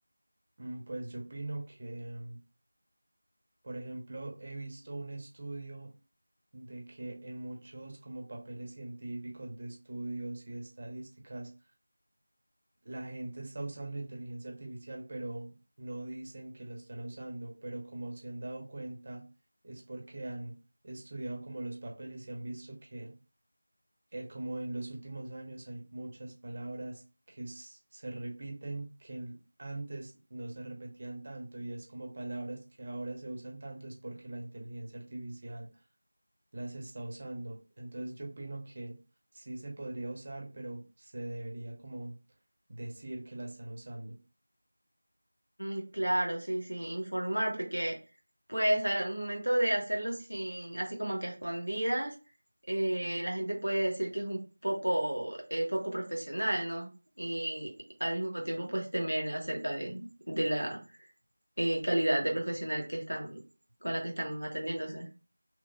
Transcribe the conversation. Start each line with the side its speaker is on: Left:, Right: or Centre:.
Right: Mm, Pues yo opino que, por ejemplo, he visto un estudio de que en muchos como papeles científicos de estudios y de estadísticas la gente está usando inteligencia artificial, pero no dicen que lo están usando, pero como se han dado cuenta, es porque han estudiado como los papeles y han visto que eh, como en los últimos años hay muchas palabras que s- se repiten, que el- antes no se repetían tanto y es como palabras que ahora se usan tanto, es porque la inteligencia artificial las está usando. Entonces yo opino que sí se podría usar, pero se debería como decir que la están usando.
Left: Mm, Claro, sí, sí, informar, porque pues al momento de hacerlo sin, así como que a escondidas, eh, la gente puede decir que es un poco, eh, poco profesional, ¿no? Y al mismo tiempo pues temer acerca de, de la eh, calidad de profesional que están, con la que están atendiéndose.